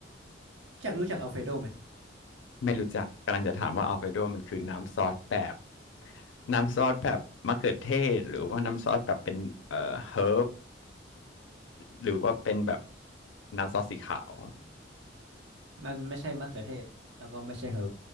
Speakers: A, on the right; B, on the left.
A: รู้จักรู้จักอัลเฟรโดไหม
B: ไม่รู้จักกำลังจะถามว่าอัลเฟรโดมันคือน้ำซอสแบบน้ำซอสแบบมะเขือเทศหรือว่าน้ำซอสแบบเป็นเอ่อเฮิร์บหรือว่าเป็นแบบน้ำซอสสีขาว
A: มันไม่ใช่มะเขือเทศแล้วก็ไม่ใช่เฮิร์บ